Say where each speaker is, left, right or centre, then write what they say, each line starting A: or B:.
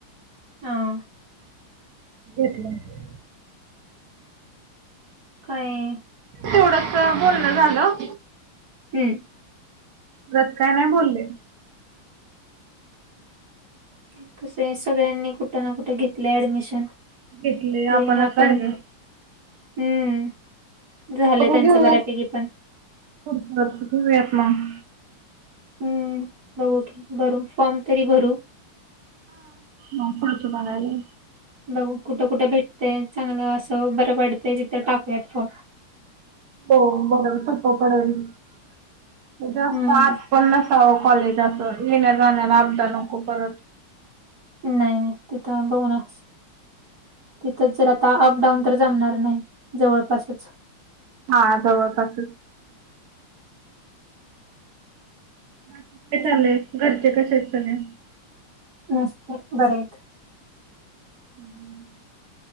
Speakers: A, on the right; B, on the right.
A: हा.
B: घेतलं असेल.
A: काय
B: थोडसं बोलण झालं.
A: हम्म.
B: तसं काय नाही बोलले.
A: ते कस आहे, सगळ्यांनी कुठं ना कुठे घेतलंय ॲडमिशन
B: घेतले
A: ते
B: आपणच
A: आपण
B: राहिलोय
A: हम्म. झालं
B: बघू
A: त्यांचं
B: घेऊयात,
A: बऱ्यापैकी पण
B: पुढच्या वर्ष घेऊयात मग.
A: हम्म बघू की भरू, फॉर्म तरी भरू.
B: नोकरीच बघायलय.
A: बघू कुठं कुठे भेटतय चांगलं असं बरं पडते तिथं टाकूयात फॉर्म.
B: हो <unintelligible> सोप्पं पडेल जास्त
A: हम्म
B: आत पन्नासाव कॉलेज असं, येण्या जाण्याला आपदा नको परत.
A: नाही नाही ते थांबवणारच. तिथंच जर आता अप डाऊन तर जमणार नाही जवळपासच
B: हा जवळपासच. <inaudible>
A: हम्म
B: चाललंय घरचे कसे आहेत सगळे?
A: मस्त आहे बरे आहेत.
B: हम्म